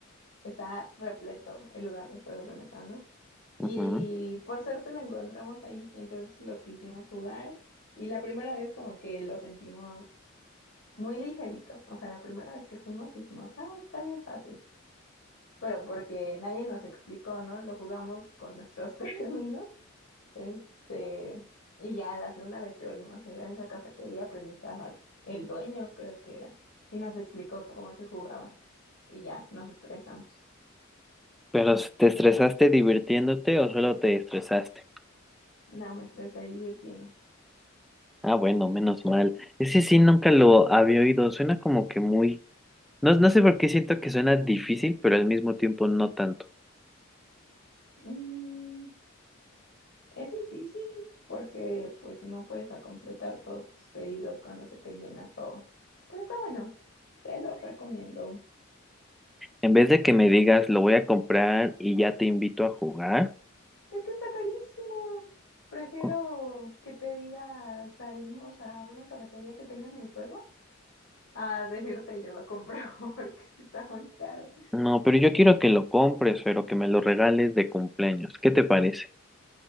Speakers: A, on the left; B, in the centre.
A: Está repleto el lugar de juegos de mesa, ¿no? Y,
B: Ujú.
A: por suerte lo encontramos ahí. Entonces lo quisimos jugar y la primera vez como que lo sentimos. muy ligerito. O sea, la primera vez que fuimos dijimos, ah, está bien fácil. Pero porque nadie nos explicó, ¿no? Lo jugamos con nuestros <laughs> términos. Este, y ya la segunda vez que volvimos a ir a esa cafetería, pues ya estaba el dueño, creo que era, y nos explicó cómo se jugaba. Y ya nos estresamos.
B: Pero ¿te estresaste divirtiéndote o solo te estresaste?
A: No, me estresé divirtiendo.
B: Ah, bueno, menos mal. Ese sí nunca lo había oído. Suena como que muy... No, no sé por qué siento que suena difícil, pero al mismo tiempo no tanto.
A: Mm. Es difícil porque pues no puedes a completar todos tus pedidos cuando se te llena todo. Pero está bueno, te lo recomiendo.
B: En vez de que me digas, lo voy a comprar y ya te invito a jugar.
A: Es que está carísimo. Prefiero
B: co-
A: que te diga salimos a una cafetería que tengan el juego a decirte yo lo compro <laughs> porque sí está muy caro.
B: No, pero yo quiero que lo compres, pero que me lo regales de cumpleaños. ¿Qué te parece?